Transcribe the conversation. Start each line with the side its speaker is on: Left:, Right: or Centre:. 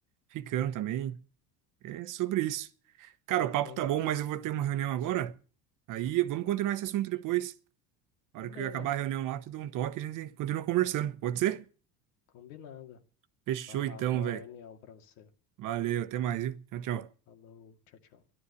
Right: Ficando também. É sobre isso. Cara, o
Left: Sim,
Right: papo tá bom, mas eu vou ter uma reunião agora. Aí vamos continuar esse assunto depois. Na hora
Left: beleza,
Right: que eu acabar a reunião lá, eu te dou um toque e a gente continua conversando. Pode ser?
Left: combinado.
Right: Fechou
Left: Vai lá,
Right: então,
Left: boa
Right: velho.
Left: reunião pra você.
Right: Valeu, até mais, viu? Tchau, tchau.
Left: Falou, tchau, tchau.